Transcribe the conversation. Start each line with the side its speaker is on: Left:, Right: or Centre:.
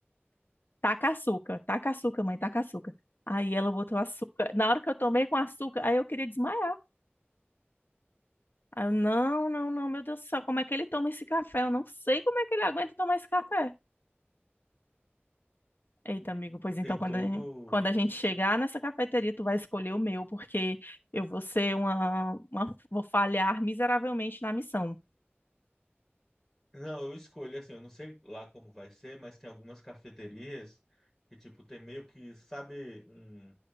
Left: Taca açúcar, taca açúcar, mãe, taca açúcar. Aí ela botou açúcar. Na hora que eu tomei com açúcar, aí eu queria desmaiar. Aí eu, não, não, não, meu Deus do céu, como é que ele toma esse café? Eu não sei como é que ele aguenta tomar esse café. Eita, amigo, pois então,
Centre: Tem todo
Left: quando a gente, quando a gente chegar nessa cafeteria, tu vai escolher o meu, porque eu vou ser uma, uma, vou falhar miseravelmente na missão.
Centre: Não, eu escolho assim, eu não sei lá como vai ser, mas tem algumas cafeterias que, tipo, tem meio que, sabe, um,